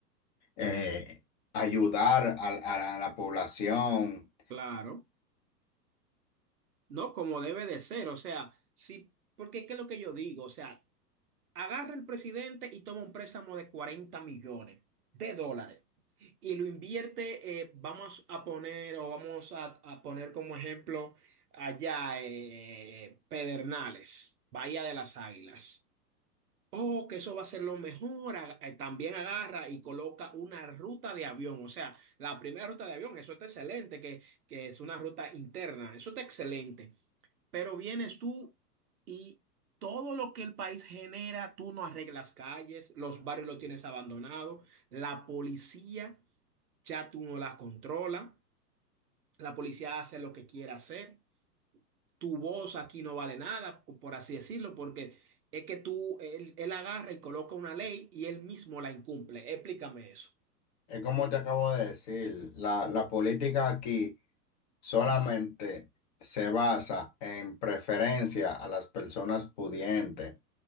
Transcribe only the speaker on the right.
Claro. No como debe de ser, o sea, sí, porque ¿qué es lo que yo digo? O sea, agarra el presidente y toma un préstamo de cuarenta millones de dólares y lo invierte, eh, vamos a poner o vamos a, a poner como ejemplo allá eh, Pedernales, Bahía de las Águilas. Oh, que eso va a ser lo mejor. A- eh, También agarra y coloca una ruta de avión. O sea, la primera ruta de avión, eso está excelente, que, que es una ruta interna. Eso está excelente. Pero vienes tú y todo lo que el país genera, tú no arreglas calles, los barrios lo tienes abandonado, la policía ya tú no la controla, la policía hace lo que quiera hacer tu voz aquí no vale nada, por así decirlo, porque es que tú, él, él agarra y coloca una ley y él mismo la incumple. Explícame eso.